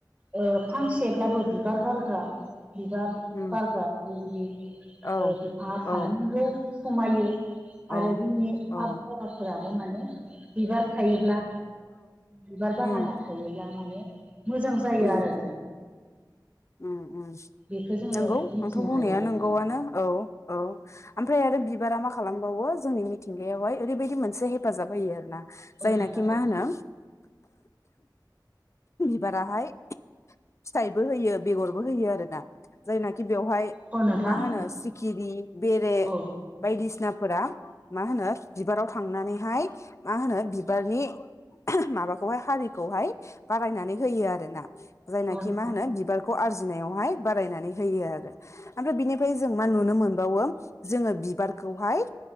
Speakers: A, on the right; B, on the left.
A: ओ फांसेब्लाबो बिबार बारग्रा बिबार
B: उम
A: बारग्रा बेबायदि
B: औ
A: बिफाङा थानो
B: औ
A: नगौ समायो
B: औ
A: आरो जोंनि
B: औ
A: आबहावाफोराबो माने बिबार थायोब्ला बिबार बागाना
B: उम
A: थायोब्ला माने मोजां जायो
B: उम
A: आरो।
B: उम उम
A: बेखौ जोङो
B: नंगौ
A: मिथिनो
B: नोंथां' बुंनाया
A: हायो आरोना
B: नंगौआनो औ औ उमफ्राय ओमफ्राय आरो बिबारा मा खालामबावो जोंनि मिथिंगायावहाय ओरैबायदि मोनसे हेफाजाब होयो आरो ना।
A: औ
B: जायनाखि
A: नोंथां
B: मा
A: औ
B: होनो बाराहाय फिथाइबो होयो बेगर बो होयो आरोना जायनाखि बेयावहाय
A: औ नोंथां
B: मा होनो सिखिरि बेरे
A: औ
B: बायदिसिनाफोरा मा होनो बिबाराव थ थांनानैहाय मा होनो बिबारनि माबाखौहाय हारिखौहाय बारायनानै होयो आरोना जायनाखि
A: औ नोंथां
B: मा होनो बिबार खौ आर्जिनायावहाय बारायनानै होयो आरो ओमफ्राय बिनिफ्राय जों मा नुनो मोनबावो जोङो बिबारखौहाय